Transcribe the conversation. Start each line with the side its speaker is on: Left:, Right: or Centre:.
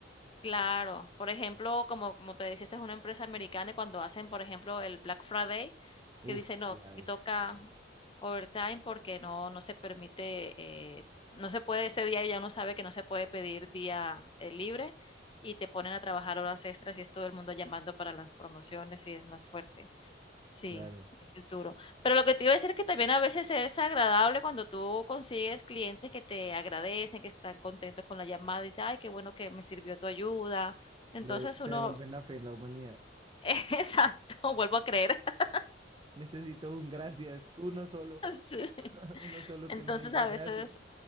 Left: Claro, por ejemplo, como, como te decía, esta es una empresa americana y cuando hacen, por ejemplo, el Black Friday,
Right: Uf,
Left: que dice no,
Right: claro.
Left: que toca overtime porque no, no se permite, eh, no se puede ese día y ya uno sabe que no se puede pedir día eh, libre y te ponen a trabajar horas extras y es todo el mundo llamando para las promociones y es más fuerte. Sí,
Right: Claro.
Left: es, es duro. Pero lo que te iba a decir es que también a veces es agradable cuando tú consigues clientes que te agradecen, que están contentos con la llamada, dice, ay, qué bueno que me sirvió tu ayuda. Entonces
Right: Le de-
Left: uno,
Right: te devuelven la fe en la humanidad.
Left: <laughs> exacto, vuelvo a creer. <laughs>
Right: Necesito un gracias, uno solo,
Left: Sí.
Right: <laughs> uno solo
Left: Entonces
Right: que me diga
Left: a
Right: gracias.
Left: veces